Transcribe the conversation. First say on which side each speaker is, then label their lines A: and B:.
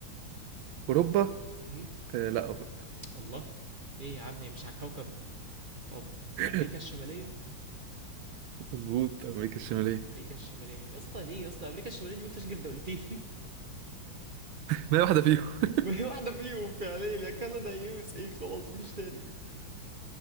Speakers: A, on the right; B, on the right.
A: اوروبا
B: هم؟
A: آه لا برضه
B: الله إيه يا عم هي مش على الكوكب طب
A: <laughs>
B: أمريكا الشمالية
A: مظبوط امريكا الشمالية
B: أمريكا الشمالية يا اسطى ليه يا اسطى أمريكا الشمالية دي ما فيهاش غير دولتين
A: ما هي واحدة فيهم
B: <laughs>
A: <laughs>
B: وهي واحدة فيهم فعليا يا كندا يا يو اس اي خلاص مفيش تاني